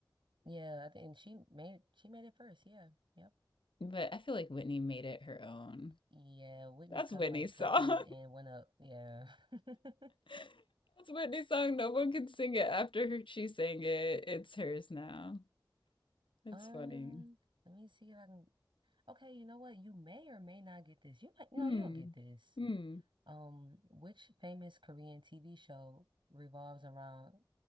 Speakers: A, on the right; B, on the left.
A: Yeah, I thi- and she made she made it first. Yeah. Yep.
B: But I feel like Whitney made it her own.
A: Yeah, Whitney
B: That's
A: kind
B: Whitney's
A: of like took
B: <laughs> song.
A: it and went up. Yeah. <laughs>
B: That's Whitney's song. No one can sing it after her. She sang it. It's hers now. It's
A: Um,
B: funny.
A: let me see if I can Okay, you know what? You may or may not get this. You might, you
B: Hmm.
A: know, you'll get this.
B: Hmm.
A: Um, which famous Korean TV show revolves around